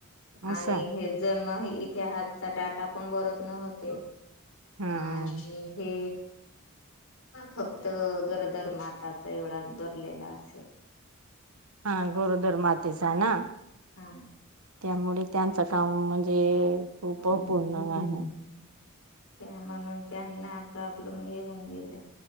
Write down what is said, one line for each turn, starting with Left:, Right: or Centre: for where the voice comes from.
Right: असं
Left: आणि हे जन्म इतिहातचा डाटा पण बरत नव्हते, हा
Right: हा
Left: आणि हे फक्त गरदर माताचा एवढाच भरलेला असेल.
Right: हा गरोदर मातेचा ना? हा
Left: हा
Right: त्यामुळे त्यांचं काम म्हणजे
Left: <inaudible>
Right: खूप
Left: त्या
Right: पूर्ण आहे
Left: म्हणून त्यांना प्रॉब्लेम येऊन गेले